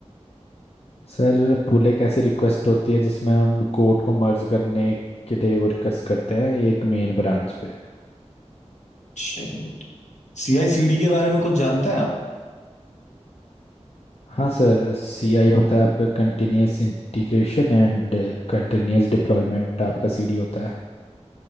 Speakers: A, on the left; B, on the left.
A: सर पूले कैसी रिक्वेस्ट होती है जिसमें हम कोर्ट को मर्ज करने के लिए वो रिक्वेस्ट करते हैं एक मेन ब्रांच पे
B: चलिए सी आई सी डी के बारे में कुछ जानते हैं आप
A: हाँ सर सीआई होता है आपका continuous integration and continuous deployment आपका सीडी होता है